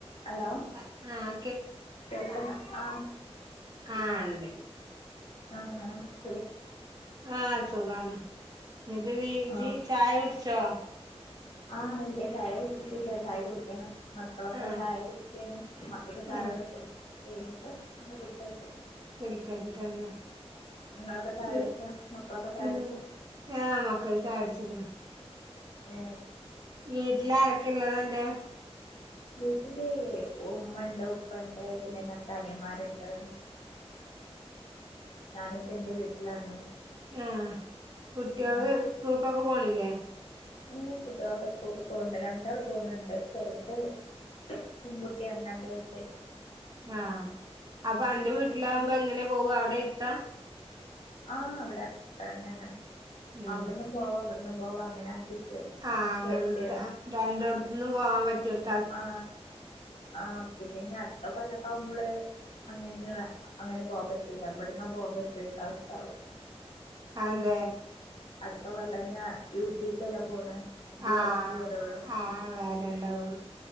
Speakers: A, on the left; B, on the right.
A: Hello
B: ആഹ്
A: കേൾക്കാം ആ
B: ആഹ ഇണ്ട്
A: ആഹ
B: ആഹ് സുഖാണ് എന്നിട്ട് നീ
A: ആ
B: ജീ ചായ കുടിച്ചോ?
A: ആഹ് ഇല്ലേ ചായ കുടിച്ചിട്ടില്ല ചായ കുടിക്കണം. മക്കളൊക്കെ
B: ആഹ്
A: ചായ കുടിക്കുകയാണ് മക്കൾക്ക് ചായ
B: ആഹ്
A: കുടി കഴിഞ്ഞിട്ട് എണ്ട് കുടിക്ക <unintelligible>
B: <unintelligible> ക്കാച്ചിട്ടന്നെ
A: നിങ്ങളൊക്കെ
B: <unintelligible>
A: ചായ കുടിച്ചോ മക്കളൊക്കെ ചായ
B: ഉ
A: കുടിച്ചോ
B: ഞാ മക്കൾ ചായടിക്കണം
A: എ
B: വീട്ടില ആരൊക്കെ ഉള്ളത് അന്റെ
A: വീട്ടില് ഉമ്മ ഉണ്ട് ഉപ്പ ഉണ്ട് പിന്നെ രണ്ട അനിയന്മാരുണ്ട് ഞാനിപ്പ എൻറെ വീട്ടിലാണ്,
B: ആഹ കുട്ടികള്
A: ആ
B: സ്കൂൾക്കൊക്കെ പോണില്ലേ?
A: ഉം കുട്ടികൾക്ക്കെ സ്കൂക്ക് പോണ് ണ്ട് രണ്ടാൾ പോുൻഡ്‌ ണ്ട് ചെറുത് പെൺകുട്ടി <unintelligible> രണ്ടു വയസായിട്ടുള്ള
B: ആഹ അപ്പൊ അന്റെ വീട്ടിലാകുമ്പോ എങ്ങനെ പോവാ അവിടെ ഏർത്ത
A: ആഹ് അവിടെ അടുത്തന്നന്ന <unintelligible>
B: ഉം
A: അവിടന്നും പോവാ ഇവിടന്നും പോവാ അങ്ങനെ ആക്കിയിട്ട്
B: ആഹ അങ്ങനത്തെ
A: ചേർത്തിയതാ
B: രണ്ടോടത്തന്നും പോവാാൻ പറ്റിയട്
A: ആ ആ പിന്നെ ഇനി അടുത്ത കൊല്ലക്കാവുമ്പള് അങ്ങനഅങ്ങനെ പോകവാൻ പറ്റൂലഇ വിടന്നാ പോവാ <unintelligible> അവസ്ഥ ആാവും
B: അയ്‌ന്റെ
A: അടുത്ത കൊല്ലംന്നാ യുപക്ക്ല്ല പോണ് ഇത്
B: ആഹ്
A: എൽ പി വരെയുള്ള
B: ആഹ് വരണ്ടാവുള്ളു